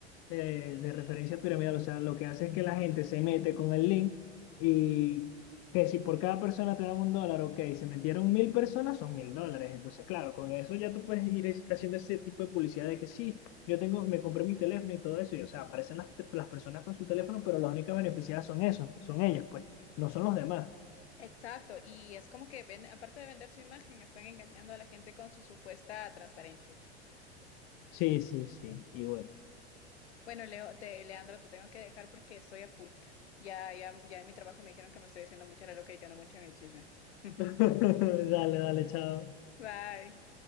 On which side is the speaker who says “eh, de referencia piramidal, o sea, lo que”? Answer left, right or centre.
Left